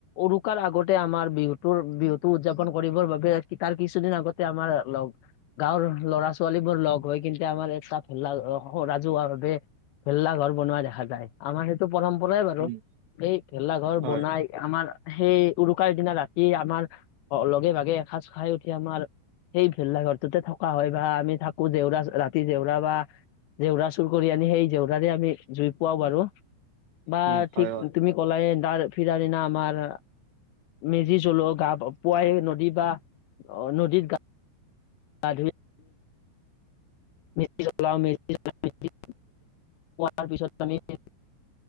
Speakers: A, on the left; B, on the right.
A: উৰুকাৰ আগতে আমাৰ বিহুতৰ বিহুতো উদযাপন কৰিবৰ বাবে- তাৰ কিছুদিন আগতে আমাৰ লগ- গাঁৱৰ ল'ৰা ছোৱালী বোৰ লগ হৈ কিন্তু আমাৰ এটা ভেলা ঘৰ। অ ৰাজু ওৱাৰফে ভেলা ঘৰ বনোৱা দেখা যায়। আমাৰ সেইটো পৰম্পৰাই বাৰু,
B: উম
A: এই ভেলা ঘৰ
B: হয়
A: বনাই- আমাৰ সেই উৰুকাৰ দিনা ৰাতি আমাৰ লগে ভাগে এসাঁজ খাই উঠি আমাৰ- সেই ভেলাঘৰটোতে থকা হয় বা আমি থাকো জেউৰা ৰাতি জেউৰা বা, জেউৰা- চুৰ কৰি আনি সেই জেউৰাৰে আমি জুই পুৱাও বাৰু, বা
B: উম হয়
A: ঠিক
B: হয়
A: তুমি- <unintelligible> দাৰ ফিৰ দিনা আমাৰ। মেজি জ্বলোৱা গা পোৱাই নদী বা, অ নদীত গা- ধুই - মেজি জ্বলাও মেজি জ্বলাই মেলি আমি- পিছত আমি <inaudible>